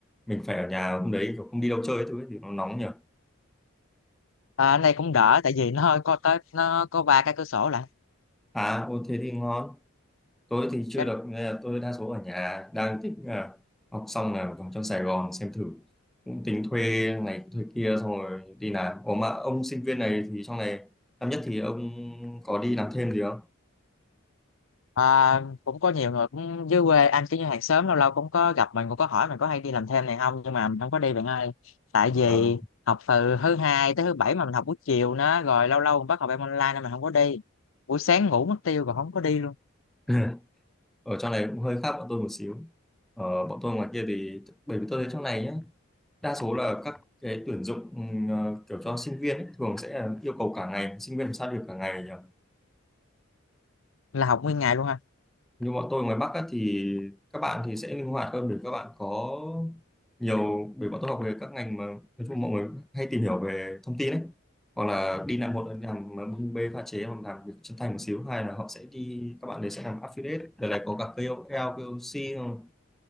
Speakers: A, in the centre; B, on the left.
A: mình phải ở nhà hôm đấy kiểu không đi đâu chơi ấy, thứ ấy thì nó nóng nhỉ?
B: à, này cũng đỡ tại vì nó hơi có tới nó có ba cái cửa sổ lại
A: À, ô thế thì ngon. Tôi thì chưa
B: Chắc-
A: được, nên là tôi đa số ở nhà, đang tính là học xong là vào trong Sài Gòn xem thử. Cũng tính thuê này thuê kia xong rồi đi làm. Ủa mà ông sinh viên này thì trong này năm nhất thì ông có đi làm thêm gì không?
B: à, cũng có nhiều người cũng dưới quê anh kiểu như hàng xóm lâu lâu cũng có gặp mình cũng có hỏi mình có hay đi làm thêm này không nhưng mà mình không có đi bạn ơi tại vì
A: Ờ.
B: học từ thứ hai tới thứ bảy mà mình học buổi chiều nữa rồi lâu lâu mình bắt học em online nên mình không có đi buổi sáng ngủ mất tiêu rồi không có đi luôn
A: <laughs> Ở trong này cũng hơi khác bọn tôi một xíu. Ờ, bọn tôi ngoài kia thì, bởi vì tôi thấy trong này nhá, đa số là các cái tuyển dụng ừm, ờ, kiểu cho sinh viên ấy, thường sẽ là yêu cầu cả ngày, sinh viên làm sao được cả ngày nhỉ?
B: là học nguyên ngày luôn ha
A: như bọn tôi ngoài Bắc á, thì các bạn thì sẽ linh hoạt hơn để các bạn có nhiều bởi bọn tôi học về các ngành mà nói chung mọi người hay tìm hiểu về thông tin ấy hoặc là đi làm một là làm bưng bê pha chế hoặc làm việc chân thành một xíu hay là họ sẽ đi các bạn đấy sẽ làm affiliate đợt này có cả KOL, KOC không?